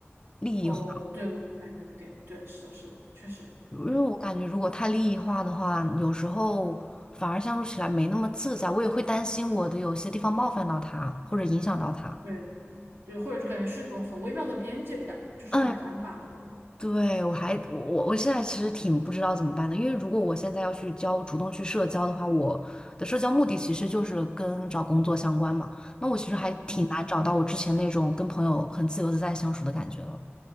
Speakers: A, on the left; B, on the right.
A: 利益化，
B: 哦，对，我明白你的点，对，是的，是的，确实，
A: 因为我感觉如果太利益化的话，
B: 对，
A: 有时候反而相处起来没那么自在，我也会担心我的有些地方冒犯到他，或者影响到他。
B: 对，对，或者就感觉是一种很微妙的边界感，就是很难把握。
A: 嗯对，我还我我我现在其实挺不知道怎么办的，因为如果我现在要去交主动去社交的话，我的社交目的其实就是跟找工作相关嘛。那我其实还挺难找到我之前那种跟朋友很自由自在相处的感觉了。
B: 嗯，